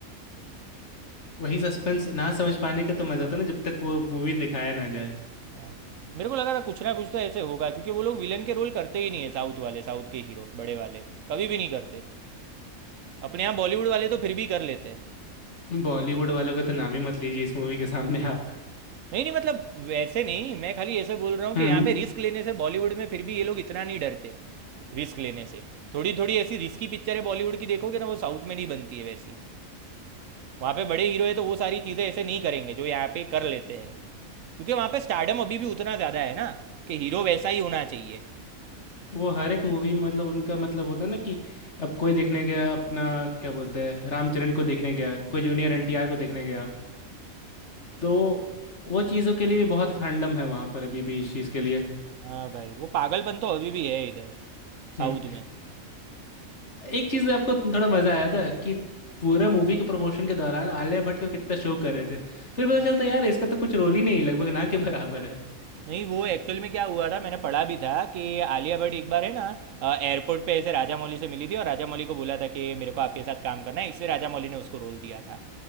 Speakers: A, on the left (about 55°); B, on the right (about 70°).
A: वही सस्पेंस ना समझ पाने का तो मज़ा था ना जब तक वो मूवी दिखाया ना जाए
B: हाँ। मेरे को लगा था कुछ ना कुछ तो ऐसे होगा क्योंकि वो लोग विलन के रोल करते ही नहीं है साउथ वाले साउथ के हीरो बड़े वाले कभी भी नहीं करते अपने यहाँ बॉलीवुड वाले तो फिर भी कर लेते हैं
A: बॉलीवुड वालों का तो नाम ही मत लीजिए इस मूवी के सामने आप
B: नहीं नहीं मतलब वैसे नहीं मैं खाली ऐसे बोल रहा हूँ कि
A: हम्म
B: यहाँ पे रिस्क लेने से बॉलीवुड में फिर भी ये लोग इतना नहीं डरते रिस्क लेने से थोड़ी थोड़ी ऐसी रिस्की पिक्चरें बॉलीवुड की देखोगे ना वो साउथ में नहीं बनती है वैसी वहाँ पे बड़े हीरो है तो वो सारी चीज़ें ऐसे नहीं करेंगे जो यहाँ पे कर लेते हैं क्योंकि वहाँ पे स्टार्डम अभी भी उतना ज़्यादा है ना कि हीरो वैसा ही होना चाहिए
A: वो हर एक मूवी मतलब उनका मतलब होता है ना कि अब कोई देखने गया अपना क्या बोलते हैं रामचरण को देखने गया कोई जूनियर
B: हम्म।
A: एनटीआर को देखने गया तो वो चीज़ों के लिए भी बहुत फैंडम है वहाँ पर अभी भी इस चीज़ के लिए
B: हाँ भाई वो पागलपन तो अभी भी है इधर
A: हम्म।
B: साउथ में
A: एक चीज आपको थोड़ा मजा आया था कि पूरा मूवी के प्रमोशन के दौरान आलिया भट्ट को कितना शो कर रहे थे फिर पता
B: हाँ
A: चलता यार इसका तो कुछ रोल
B: हम्म,
A: ही नहीं लगभग ना के बराबर है
B: नहीं वो एक्चुअल में क्या हुआ था मैंने पढ़ा भी था कि आलिया भट्ट एक बार है ना एयरपोर्ट पे ऐसे राजा मौली से मिली थी और राजा मौली को बोला था कि मेरे को आपके साथ काम करना है इससे राजा मौली ने उसको रोल दिया था